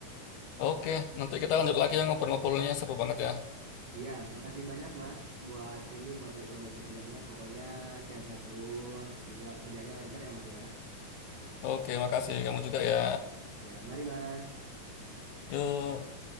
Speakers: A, on the left; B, on the right.
A: Oke, nanti kita lanjut lagi ya ngobrol-ngobrolnya seru banget ya.
B: Iya, makasih banyak Mas buat ini buat rekomendasi filmnya. Pokoknya sehat-sehat terus, juga kerjanya lancar ya Mas ya.
A: Oke, makasih kamu juga ya.
B: Ya, mari Mas.
A: Yuk.